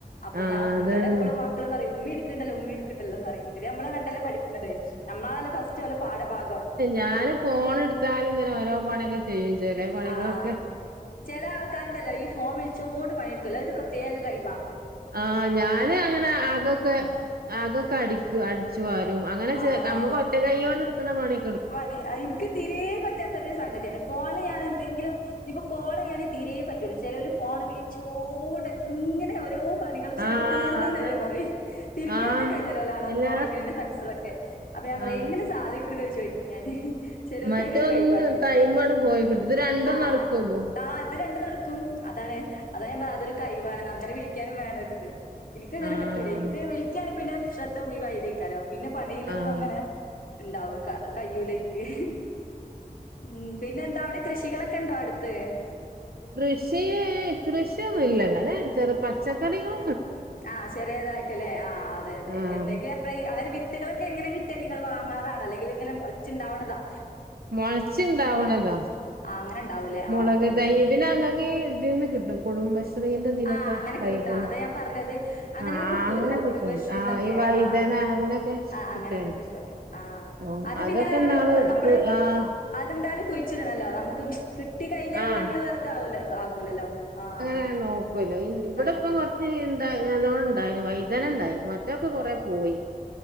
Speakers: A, on the left; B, on the right.
A: അപ്പം
B: ആഹ്
A: ഞാൻ
B: അതന്നെ
A: ഇന്നോട് എപ്പളും മക്കള് പറയു ഉമ്മി ഇട്ക്ക്ണ്ടല്ലൊ ഉമ്മി ഇട്ക്ക്ണ്ടല്ലൊന്നറിയ് പിന്നെ നമ്മളെ കണ്ടല്ലെ പഠിക്ക്ണത് ഞമ്മളാണല്ലൊ ഫസ്റ്റ് ഓലെ പാഠഭാഗം
B: ഞാന് ഫോണ് ഇട്ത്താലും ഇങ്ങനെ ഓരോ പണിയൊക്കെ ചെയ്യും ചെലേ പളികളൊക്കെ
A: ആഹ് ചെല ആൾക്കാരുണ്ടല്ലോ ഈ ഫോൺ വിളിച്ചോണ്ട് പണി ഇട്ക്കല ഒരു പ്രത്യേക കഴിവ
B: ആഹ് ഞാനു അങ്ങന അകക്കെ അകൊക്ക അടിക്കും അടിച്ചു വാരും അങ്ങനെ ചെ
A: ആഹ്
B: നമുക്ക് ഒറ്റ കയ്യോണ്ട് ഇട്ക്ക്ണ പണി
A: പണി അത് ഇൻക്ക് തീരേ പറ്റാത്തൊരു സംഗതിയാണ് ഫോണ്ല് ഞാന് എന്തെങ്കിലും ഇഞ്ഞിപ്പം കോൾ ചെയ്യാണെങ്കി തീരേ പറ്റൂല ചെലോരല് ഫോണ് വിളിച്ചോണ്ട് ഇങ്ങനെ ഓരോ പണികള് ചെലപ്പം
B: ആഹ്
A: തീർന്ന്ന്ന്
B: അതന്നെ
A: വരെ പറയും തിരുമ്പിയാണ്ട്
B: ആഹ്
A: നിക്ക ചേലോല് ആട
B: എല്ലാ
A: ഫോൺ വിളിക്ക്ണെ എൻ്റെ ഫ്രണ്ട്‌സെളൊക്കെ അപ്പം ഞാൻ പറയും
B: ആഹ്
A: എങ്ങനെ സാധിക്ക്ണ് ചോയ് ക്കും ഞാന് ചെലോൽക്ക്
B: മറ്റൊന്ന്
A: അയിനൊര് കയി‌വാണ്
B: ടൈമട് പോയി കിട്ടും ഇത് രണ്ടും
A: ആഹ്
B: നടക്കുവല്ലോ
A: ആഹ് അത് രണ്ടും നടക്കും അതാണ്. അതാ ഞാൻ പറഞ്ഞത് അതൊരു കൈവാണ് അങ്ങനെ വിളിക്കാനും വേണം ഒരിത് ഇനിക്കങ്ങനെ
B: ആഹ്
A: പറ്റൂല ഇനിക്ക് വിളി ക്കാണെ പിന്നെ ശ്രദ്ധ മുയിവ അയിലേക്കാരം പിന്നെ പണീലൊന്നും
B: ആഹ്
A: അങ്ങനെ ഉണ്ടാവു കാ കയ്യൂല ഇൻക്ക് ഉം പിന്നെ എന്താ അവിടെ കൃഷികളൊക്കെ ഇണ്ടോ അടുത്ത്?
B: കൃഷി കൃഷിയൊന്നു ഇല്ല ഇങ്ങനെ ചെറു പച്ചക്കറികളും
A: ആഹ് ചെറിയതായിട്ട് ലേ ആഹ് അതെ അതെ
B: ആഹ്
A: എന്തെങ്കി അങ്ങനെ വിത്തുകളൊക്കെ എങ്ങനെ കിട്ടല് നിങ്ങള് വാങ്ങാറാണൊ അല്ലെങ്കില് ഇങ്ങനെ മൊളച്ച് ഇണ്ടാവണതാ?
B: മൊളച്ചിണ്ടാവണത
A: ആഹ് അങ്ങനെ ഉണ്ടാവൂലേ ആഹ്
B: മൊളക്
A: അതന്നെ
B: തയ്യ്. പിന്നെ ഞങ്ങക്ക് ഈ ഇതീന്ന് കിട്ടും കുടുംബസ് ശ്രീൻ്റെ ഇതിലൊക്കെ
A: ആഹ് അങ്ങനൊക്കെ
B: തൈകള്
A: കിട്ടും അതാ ഞാൻ പറഞ്ഞത് അങ്ങനെയൊക്കെ
B: ആഹ്
A: കിട്ടുവല്ലോ
B: അങ്ങനെ കിട്ടും
A: കുടുംബശ്രീന്നൊക്കെ
B: ഈ വൈതന
A: ആഹ്
B: അങ്ങനൊ ക്കെ
A: ആഹ് അങ്ങനെയൊക്കെ
B: കിട്ടേണ്ട്
A: കിട്ടും
B: ആഹ്
A: അത്
B: അതൊക്കെ
A: പിന്നെ ഒരാള്
B: ഇന്നാള്
A: നമ്മള്
B: ഇപ്പം ആഹ്.
A: അതെന്തായാലും കുഴിച്ചിടണല്ലോ നമുക്ക് കിട്ടി കഴിഞ്ഞാ
B: ആഹ്
A: പിന്നെ നമ്മള് വെറുതാ ആവൂല ആക്കൂല്ലല്ലോ ആഹ്.
B: ഇങ്ങനെ നോക്കു അല്ലോ ഇ ഇവിടെ
A: ആഹ്
B: ഇപ്പം കൊറച്ച് ഇണ്ടാ നല്ലോം ഇണ്ടായിന് വൈതന ഇണ്ടായി മറ്റ് റ്റേക്കെ കൊറെ പോയി